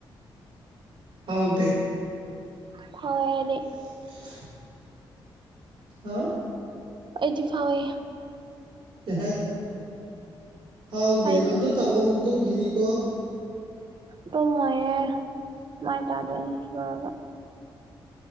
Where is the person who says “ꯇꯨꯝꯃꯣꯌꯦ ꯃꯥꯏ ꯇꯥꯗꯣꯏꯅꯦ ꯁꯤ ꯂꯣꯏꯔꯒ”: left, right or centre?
Right